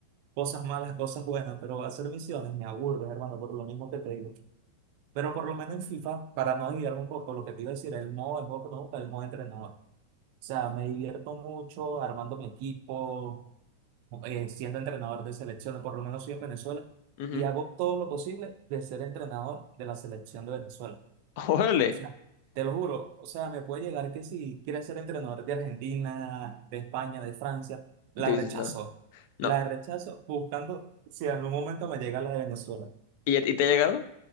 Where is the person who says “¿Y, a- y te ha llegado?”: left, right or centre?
Left